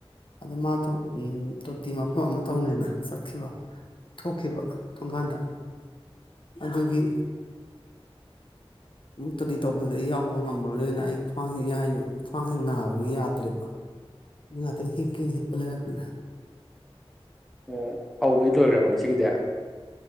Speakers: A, on the left; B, in the centre.
A: ꯑꯗ ꯃꯥꯗꯣ ꯎꯝ ꯇꯣꯇꯤ ꯃꯐꯝ ꯑꯃ ꯇꯧꯅꯤꯅ ꯆꯠꯈꯤꯕ꯫ ꯊꯣꯛꯈꯤꯕ ꯊꯣꯡꯒꯥꯟꯗ ꯑꯗꯨꯒꯤ, ꯇꯣꯇꯤ ꯇꯧꯕꯗꯨꯗꯤ ꯑꯩ ꯌꯥꯎꯕ ꯉꯝꯃꯔꯣꯏꯅ ꯑꯩ ꯈ꯭ꯨꯋꯥꯡ ꯈ꯭ꯨꯋꯥꯡꯁꯤ ꯅꯥꯕ꯫ ꯌꯥꯗ꯭ꯔꯦꯕ ꯑꯗꯨ ꯉꯇꯪ ꯍꯤꯞꯀꯦꯅ ꯍꯤꯞꯄ ꯂꯩꯔꯝꯕꯅꯦ꯫
B: ꯑꯣ ꯐꯥꯎꯕꯤ ꯂꯣꯏꯈ꯭ꯔꯕ ꯉꯁꯤꯒꯤꯗꯤ?